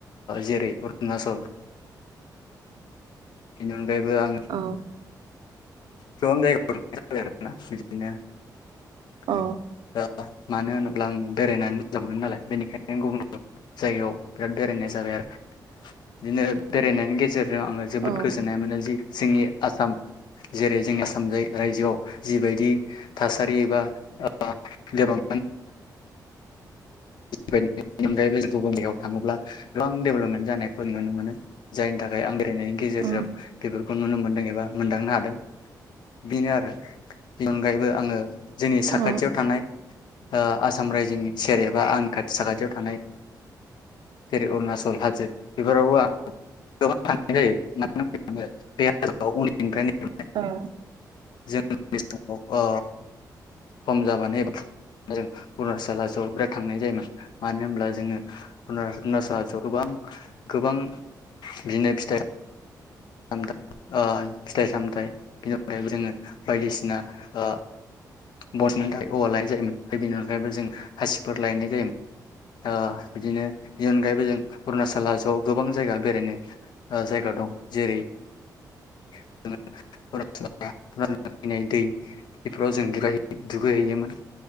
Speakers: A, on the left (about 80°); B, on the right (about 80°).
A: जेरै उरनाचल <inaudible> अनगायैबो आङो
B: औ
A: <inaudible>
B: औ।
A: ओ मानो होनोब्ला आङो बेरायनानै मोजां मोनो नालाय बेनिखायनो गुबुन गुबुन जायगायाव बिराद बेरायनाय जाबाय आरो। बिदिनो बेरायनायनि गेजेरजों आरो आङो जोबोद
B: औ
A: गोजोन्नाय मोनो जि जोंनि आसाम जेरै जों आसाम रायजोआव जिबायदि थासारि एबा ओ <unintelligible> अनगायैबो‌ गुबुन‌ जायगायाव थाङोब्ला गोबां देब'लपमेन्ट जानायफोर नुनो मोनो जायनि थाखाय आं बेरायनायनि गेजेरजों
B: औ
A: बेफोरखौ नुनो मोनो। एबा मोनदांनो हादों। बेनो आरो बेनि अनगायैबो आङो जोंनि साखाथियाव
B: औ
A: थानाय ओ आसाम रायजोनि सेर एबा आंनि खाथि साखाथियाव थानाय जेरै उरणाचल हाजो बेफोरावबो आं गोबां थानाय जायो <unintelligible> उन्दैनिफ्रायनो
B: ओं।
A: जों उन्दै समाव ओ सम जाबानो एबा जों उरणाचल हाजोआव बिराद थांनाय जायोमोन मानो होनब्ला जोङो उरणचल हाजोआव गोबां गोबां बिदिनो फिथाइ साम <unintelligible> ओ फिथाइ सामथाय बिनि अनगायैबो जोङो बायदिसिना ओ बसनो थाखाय औवा लायनाय जायोमोन। आरो बेनि अनगायैबो जों हासिबफोर लानाय जायोमोन। ओ बिदिनो बेनि अनगायैबो जों उरणाचल हाजोआव गोबां जायगा बेरायनो जायगा दं। जेरै <unintelligible> फैनाय दै‌ बेफोराव‌ जों‌ दुगाय दुगैहैयोमोन